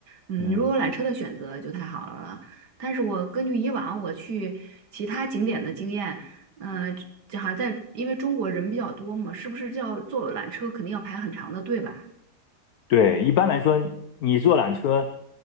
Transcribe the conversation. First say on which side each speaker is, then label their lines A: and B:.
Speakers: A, on the right; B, on the left.
A: 嗯，
B: 嗯。
A: 如果有缆车的选择就太好了。但是我根据以往我去其他景点的经验，呃，这好像在因为中国人比较多嘛，是不是叫坐缆车肯定要排很长的队吧？
B: 对，一般来说，你坐缆车，